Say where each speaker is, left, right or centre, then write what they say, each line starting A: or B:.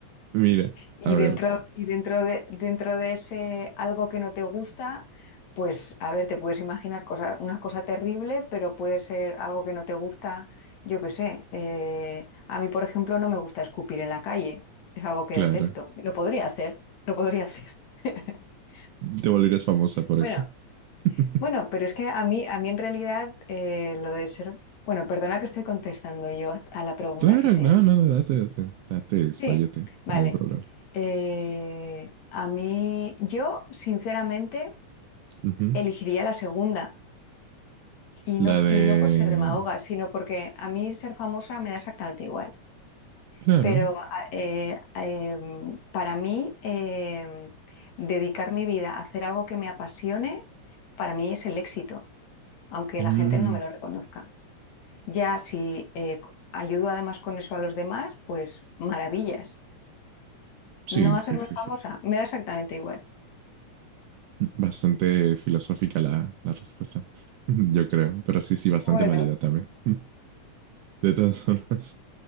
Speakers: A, on the right (about 80°); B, on the left (about 65°).
A: Mira,
B: Y
A: a
B: dentro,
A: ver,
B: y dentro de, dentro de ese algo que no te gusta, pues a ver, te puedes imaginar cosa, una cosa terrible, pero puede ser algo que no te gusta, yo qué sé. eh, a mí, por ejemplo, no me gusta escupir en la calle, es algo que
A: Clara,
B: detesto. Lo podría hacer, lo podría hacer. <laughs>
A: te volverías famosa por
B: Bueno,
A: eso. <laughs>
B: bueno, pero es que a mí, a mí en realidad eh, lo de ser... Bueno, perdona que estoy contestando yo a a la pregunta
A: Claro,
B: que te
A: no,
B: he hecho.
A: no, no, date, date, date, expláyate,
B: Sí,
A: no
B: vale.
A: hay ningún problema.
B: Eh, a mí, yo sinceramente
A: Ujú.
B: elegiría la segunda y
A: La
B: no,
A: de...
B: y no por ser demagoga, sino porque a mí ser famosa me da exactamente igual.
A: Claro.
B: Pero a- eh, eh, para mí, eh, dedicar mi vida a hacer algo que me apasione, para mí es el éxito, aunque
A: Mm,
B: la gente no me lo reconozca. Ya si eh, ayudo además con eso a los demás, pues maravillas.
A: sí,
B: No hacerme
A: sí, sí,
B: famosa,
A: sí.
B: me da exactamente igual.
A: Bastante filosófica la, la respuesta, <laughs> yo creo, pero sí, sí, bastante
B: Bueno.
A: válida también. <laughs> De todas formas,